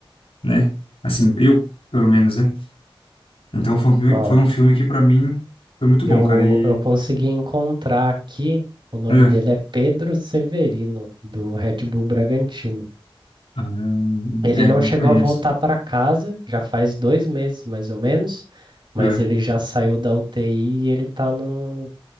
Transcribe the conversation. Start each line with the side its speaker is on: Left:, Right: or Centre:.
Left: né? Assim, eu, pelo menos, né? Então, foi um filme,
Right: Ó,
Left: foi um filme que, pra mim, foi muito
Right: eu
Left: bom, cara. E.
Right: eu consegui encontrar aqui, o nome
Left: É,
Right: dele é Pedro Severino, do Red Bull Bragantino.
Left: ah,
Right: Ele
Left: é,
Right: não
Left: não
Right: chegou
Left: conheço.
Right: a voltar para casa, já faz dois meses mais ou menos, mas
Left: É,
Right: ele já saiu da UTI e ele está num,